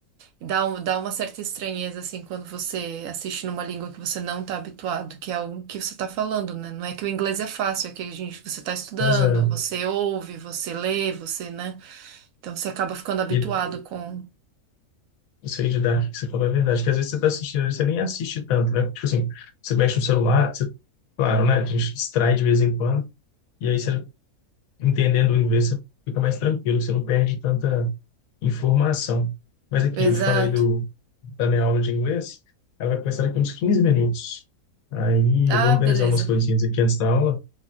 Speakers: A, on the right; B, on the left.
A: Dá, um- dá uma certa estranheza, assim, quando você assiste numa língua que você não tá habituado, que é o que você tá falando, né? Não é que o inglês é fácil, é que a gente, você tá estudando,
B: Pois é.
A: Sim, você ouve, você lê, você, né? Então você acaba ficando habituado
B: E
A: com.
B: Isso aí de Dark que você falou é verdade, que às vezes você está assistindo, às vezes você nem assiste tanto, né? Tipo assim, você mexe no celular, você, claro, né? A gente distrai de vez em quando, e aí você, entendendo o inglês, você fica mais tranquilo, você não perde tanta informação. Mas aqui,
A: Exato.
B: eu te falei do, da minha aula de inglês, ela vai começar daqui uns 15 minutos. Aí
A: Ah,
B: eu vou organizar
A: beleza.
B: umas coisinhas aqui antes da aula,